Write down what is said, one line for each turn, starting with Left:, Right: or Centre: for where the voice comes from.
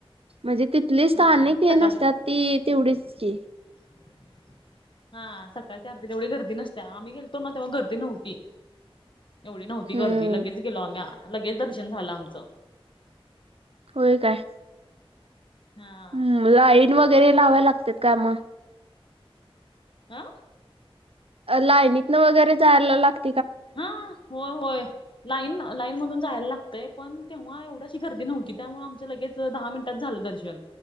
Right: म्हणजे ती तले स्थानिक
Left: हा
Right: हे
Left: सकाळ
Right: नसतात ती तेवढीच की.
Left: <inaudible> हा सकाळीच्या आरतीला एवढी गर्दी नसते. आम्ही गेलतो ना तेव्हा गर्दी नव्हती. एवढी नव्हती
Right: हम्म.
Left: गर्दी, लगेच गेलो आम्ही. आ लगेच दर्शन झालं आमचं.
Right: होय काय?
Left: हां.
Right: हम्म लाईन वगैरे लावाय लागतेत काय म?
Left: अं?
Right: लायनीतन वगैरे जायला लागत
Left: हां. होय होय. लाईन लाईन मधून जायला लागतय पण तेव्हा एवढ अशी गर्दी नव्हती. त्यामुळे आमचं लगेच दहा मिनिटात झालं दर्शन.